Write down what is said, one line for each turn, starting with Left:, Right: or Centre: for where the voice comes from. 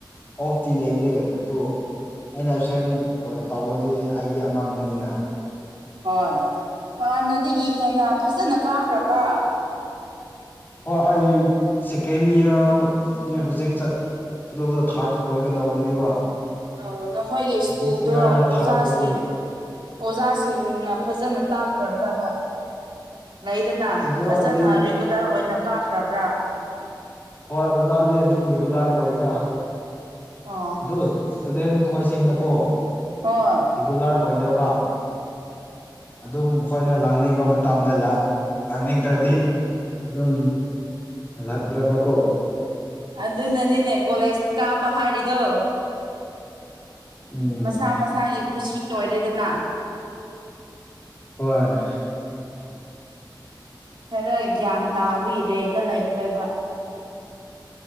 Left: ꯑꯣꯐꯇꯤ ꯂꯩꯇꯦ ꯑꯗꯨ ꯑꯩꯅ ꯑꯦꯞꯁꯦꯟ ꯑꯣꯏ ꯇꯧꯔꯗꯤ ꯑꯩꯒꯤ ꯑꯃꯥꯡꯕꯅꯤꯅ
Right: ꯍꯣꯏ ꯍꯥꯟꯥꯟꯅꯗꯒꯤ ꯍꯦꯟꯅ ꯐꯖꯅ ꯀꯥꯈ꯭ꯔꯕ꯭ꯔꯥ
Left: ꯍꯣꯏ ꯑꯩ ꯁꯦꯀꯦꯟ ꯏꯌꯥꯔꯅꯦ ꯍꯧꯖꯤꯛ ꯆꯠ ꯄꯗ ꯊꯥꯔꯠ ꯑꯣꯏꯒꯗꯧꯕꯅꯦꯕ
Right: ꯑꯣ ꯅꯈꯣꯏꯒꯤ ꯁ꯭ꯀꯨꯜꯗꯣ
Left: ꯗꯤꯁ ꯏꯌꯥꯔꯅ
Right: ꯑꯣꯖꯥꯁꯤꯡ
Left: ꯊꯥꯔꯠ ꯑꯣꯏꯒꯅꯤ
Right: ꯑꯣꯖꯥꯁꯤꯡꯅ ꯐꯖꯅ ꯇꯥꯈ꯭ꯔꯕ꯭ꯔꯕ ꯂꯩꯗꯅ
Left: ꯑꯣꯖꯥꯗꯤ
Right: ꯐꯖꯅ ꯔꯤꯒꯨꯂꯔ ꯑꯣꯏꯅ ꯀꯥꯈ꯭ꯔꯕ꯭ꯔꯥ
Left: ꯍꯣꯏ ꯑꯣꯖꯥꯗꯤ ꯑꯗꯨꯝ ꯔꯤꯒꯨꯂꯔ ꯑꯣꯏꯗ ꯑꯗꯨ
Right: ꯑꯣ
Left: ꯏꯁꯇꯨꯗꯦꯟ ꯈꯣꯏꯁꯤꯡꯅꯀꯣ
Right: ꯍꯣꯏ
Left: ꯔꯤꯒꯨꯂꯔ ꯑꯣꯏꯗ꯭ꯔꯕ ꯑꯗꯨꯝ ꯃꯈꯣꯏꯅ ꯂꯥꯡꯅꯤꯡꯕ ꯇꯝꯅ ꯂꯥꯛꯅꯤꯡꯗ꯭ꯔꯗꯤ ꯑꯗꯨꯝ ꯂꯥꯛꯇ꯭ꯔꯕꯀꯣ
Right: ꯑꯗꯨꯅꯅꯤꯅꯦ ꯀꯣꯂꯦꯖ ꯀꯥꯕ ꯍꯥꯏꯔꯤꯗꯣ
Left: ꯎꯝ
Right: ꯃꯁꯥ ꯃꯁꯥꯒꯤ ꯈꯨꯁꯤ ꯑꯣꯏꯔꯦꯗꯅ
Left: ꯍꯣꯏ
Right: ꯈꯔ ꯒ꯭ꯌꯥꯟ ꯇꯥꯕꯒꯤ ꯔꯦꯡꯅ ꯂꯩꯈ꯭ꯔꯦꯕ